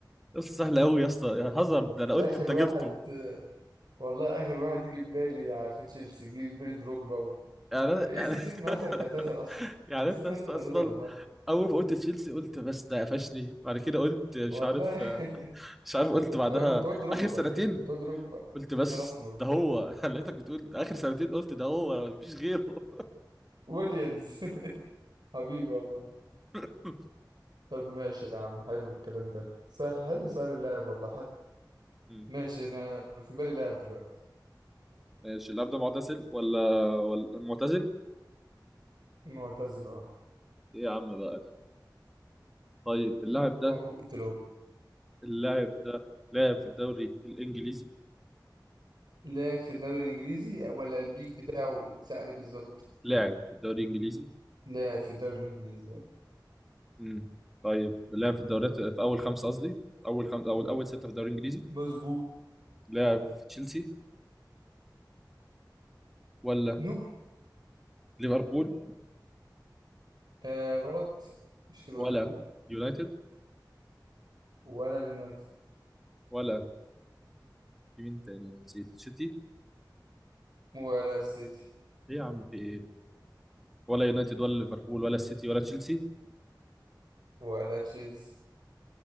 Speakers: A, in the centre; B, on the right.
A: قصة سهلة قوي يا اسطى يا هازارد ده انا قلت
B: اخر
A: انت
B: واحد
A: جبته
B: والله اخر واحد يجي في بالي يع- في تشيلسي يجي في بالي دروجبا و...
A: يعني انا
B: لسه
A: يعني
B: نسيت ان هازارد
A: <laughs>
B: اعتذر اصلا
A: يعني
B: نسيت
A: انت أص-
B: ان هازارد
A: اصلا
B: اعتذر والله
A: اول ما قلت تشيلسي قلت بس ده قفشني بعد كده قلت مش
B: والله
A: عارف
B: <laughs>
A: مش عارف قلت بعدها
B: أو- كنت اقول دروجبا
A: اخر سنتين
B: كنت اقول دروجبا
A: قلت بس
B: عشان اسمر وبتاع
A: ده هو <laughs> لقيتك بتقول اخر سنتين قلت ده هو مفيش غيره
B: ويليامز <laughs> حبيبي والله
A: <laughs>
B: طب ماشي يا عم حلو الكلام ده سهل حلو سهل اللعب والله حلو
A: مم.
B: ماشي انا في بالي لاعب دلوقتي
A: ماشي اللاعب ده معتزل ولا ولا معتزل
B: معتزل اه
A: ايه يا عم بقى ده طيب اللاعب ده
B: اوبة الأوب
A: اللاعب ده لاعب في الدوري الانجليزي
B: لا في الدوري الانجليزي ولا البيك بتاعه يتساع عليه بالظبط
A: لاعب في الدوري الانجليزي
B: لا في الدوري الانجليزي
A: امم طيب لعب في الدوريات في اول خمسه قصدي اول خمسه او اول سته في الدوري الانجليزي
B: مظبوط
A: لعب في تشيلسي ولا
B: نوب
A: ليفربول
B: آه غلط مش ليفربول
A: ولا يونايتد
B: ولا اليونايتد
A: ولا في مين تاني انا نسيت سيتي
B: ولا السيتي
A: ايه يا عم في ايه ولا يونايتد ولا ليفربول ولا السيتي ولا تشيلسي
B: ولا تشيلسي